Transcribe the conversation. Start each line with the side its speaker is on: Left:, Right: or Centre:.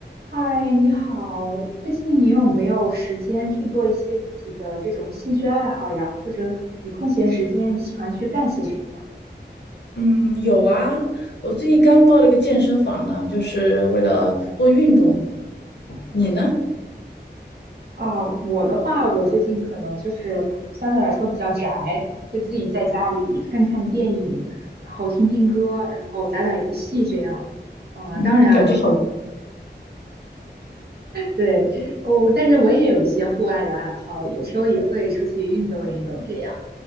Right: 嗨，你好，最近你有没有时间去做一些自己的这种兴趣爱好呀？或者你空闲时间你喜欢去干些什么呀？
Left: 嗯，有啊，我最近刚报了个健身房呢，就是为了多运动。你呢？
Right: 哦，我的话，我最近可能就是相对来说比较宅，会自己在家里看看电影，然后听听歌，然后打打游戏这样。呃，
Left: 嗯，
Right: 当然，
Left: 感觉好，
Right: 对，哦，但是我也有一些户外的爱好，有时候也会出去运动运动这样。